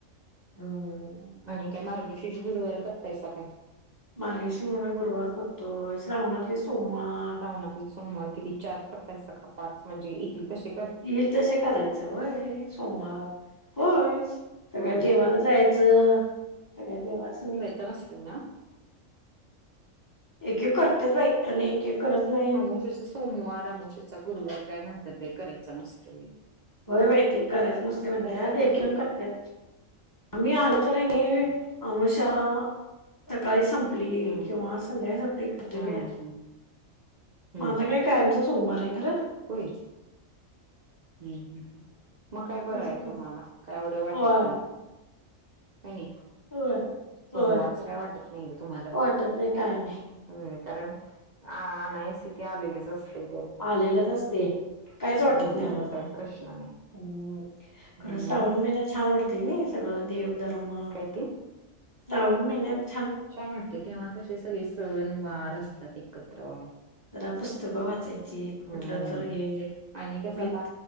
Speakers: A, on the left (about 20°); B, on the right (about 70°).
A: हम्म
B: आणि काय मार्गशीिष गुरुवार करताय स काय.
A: मार्गेशी म्हणला गुरुवार करतोय श्रावणातले सोमवार.
B: पावणातले सोमवार किती चार करताय सका पाच म्हणजे ईथील तशे.
A: येईल तसे करायचं व्हय सोमवार होय. सगळ्या
B: होय
A: देवाला जायचं. सगळ्या देवासनी
B: तेन असतय ना
A: एक -एक करतेत बाई. अण एक -एक करत नाही.
B: आमोशेचा सोमवार अमवशेचा गुरुवार काय म्हणतात बाई करायच नसतय.
A: होय बाई ते करायचं नसते म्हणतात.
B: सकाळ
A: देखील करतात. आम्ही आलतु रयनी
B: हम्म
A: अमुशा सकाळी संपली.
B: हम्म
A: किंवा संध्या संपली. करतो
B: हम्म
A: बाई आम्ही.
B: हम्म हम्म
A: माझा काय कायमचा सोमवारे खरं.
B: होय हम्म हम्म. मग काय बरंय
A: असं काय
B: तुम्हाला. काय एवढं वाटत
A: होय
B: नाही. कणी.
A: होय
B: सोमवारचं
A: होय
B: काय वाट त नाही ग तुम्हाला.
A: वाटत नाही काय नाही
B: हम्म कारण आ आन्या स्थीथी आलेलीच असतेय.
A: आलेलच असतय.
B: त्याच्यामुळे
A: कायच वाटत नाही
B: एवढं
A: आम्हाला.
B: काही प्रश्न नाही
A: हम्म खरं
B: हम्म
A: श्रावण महिन्यात छान वाटत नाही सगळं. देवधर्म
B: काय ते
A: श्रावण महिन्यात
B: छान वाटतें. तेव्हा कसे सगळे सण वार असतात एकत्र.
A: जरा पुस्तकं वाचायची. कुठलं
B: हम्म
A: तर हे.
B: आणि कसं
A: मी
B: आता